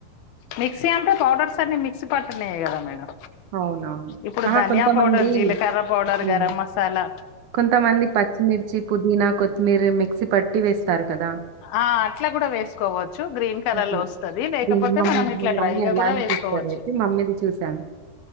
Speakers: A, on the left (about 85°); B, on the right (about 65°).
A: మిక్సి అంటే పౌడర్స్ తన్ని మిక్సీ పటర్నేయ కదా మేడం
B: అవునవును
A: ఇప్పుడు
B: హ హా
A: ధనియా
B: కొంతమంది
A: పౌడర్ జీలకర్ర పౌడర్ గరం
B: <inaudible>
A: మసాలా
B: కొంతమంది పచ్చిమిర్చి పుదీనా కొత్తిమీర మిక్సీ పట్టి వేస్తారు కదా!
A: ఆ అట్లా కూడా వేసుకోవచ్చు గ్రీన్ కలర్
B: ఓకే.
A: లో వస్తది లేకపోతే
B: దీన్ని మమ్
A: మనం ఇట్లా
B: మా మమ్మీ
A: డ్రైగా
B: అలానే
A: కూడా వేసుకోవచ్చు
B: చేస్తది అయితే మమ్మీది చూసాను.